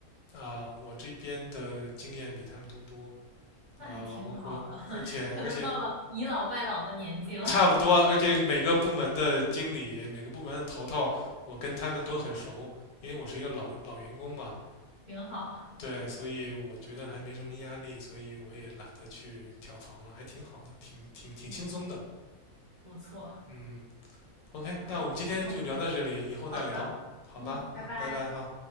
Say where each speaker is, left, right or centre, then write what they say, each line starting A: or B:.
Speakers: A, on the left; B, on the right.
A: 啊、我这边的经验比他们都多
B: 那还挺好的，
A: 啊、我我而且而且
B: <laughs> 可能到了倚老卖老的年纪了，
A: 差不多，
B: <laughs>
A: 而且每个部门的经理、每个部门的头头，我跟他们都很熟，因为我是一个老老员工嘛。
B: 挺好。
A: 对，所以我觉得还没什么压力，所以我也懒得去跳槽了，还挺好的，挺挺挺轻松的。
B: 嗯，不错。
A: 嗯，OK，
B: 好的，
A: 那我们今天就聊到这里，
B: 那我们
A: 以后再聊，
B: 好的，
A: 好吧？
B: 嗯，拜拜。
A: 嗯，拜拜哈。